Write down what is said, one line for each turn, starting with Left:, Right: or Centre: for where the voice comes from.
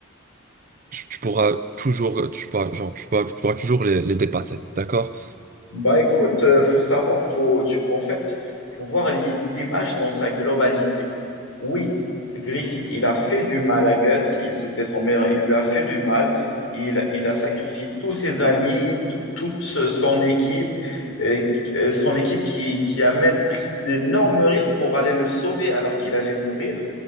Right: tu tu pourras toujours, tu pourras, genre, tu pourras, tu pourras toujours les, les dépasser, d'accord?
Left: Bah écoute, euh, faut savoir, faut, tu- en fait, faut voir l'i- l'image dans sa globalité. Oui, Griffith, il a fait du mal à Guts, il c'était son meilleur, il lui a fait du mal, il, il a sacrifié tous ses amis, tout- toute ce- son équipe, et, euh, son équipe qui, qui a même pris d'énormes risques pour aller le sauver alors qu'il allait mourir.